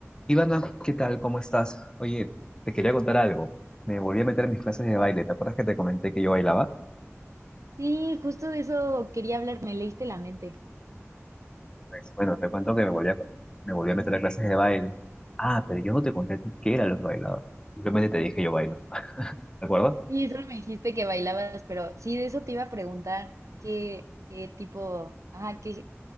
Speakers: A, on the left; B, on the right.
A: Ivana, ¿qué tal? ¿Cómo estás? Oye, te quería contar algo. Me volví a meter en mis clases de baile. ¿Te acuerdas que te comenté que yo bailaba?
B: Sí, justo de eso quería hablar, me leíste la mente.
A: Pues bueno, te cuento que me volví a, me volví a meter a clases de baile. Ah, pero yo no te conté a ti qué era lo que bailaba. Simplemente te dije yo bailo. ¿De acuerdo?
B: Sí, solo me dijiste que bailabas, pero sí, de eso te iba a preguntar, ¿qué, qué tipo, ajá, qué,